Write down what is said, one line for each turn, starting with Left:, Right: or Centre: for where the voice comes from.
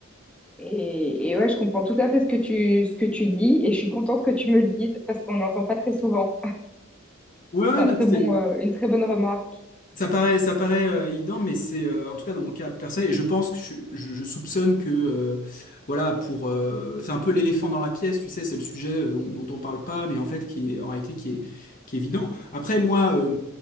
Centre: et, et ouais, je comprends tout à fait ce que tu, ce que tu dis et je suis contente que tu me le dises parce qu'on n'entend pas très souvent.
Left: Ouais, ouais,
Centre: C'est un
Left: non,
Centre: très
Left: mais c'est-
Centre: bon, euh, une très bonne remarque.
Left: Ça paraît, ça paraît euh, évident, mais c'est euh, en tout cas dans mon cas personnel, et je pense que je, je- je soupçonne que euh, voilà pour euh, c'est un peu l'éléphant dans la pièce, tu sais, c'est le sujet euh, dont, dont on parle pas, mais en fait qui est en réalité qui est qui est évident. Après moi, euh,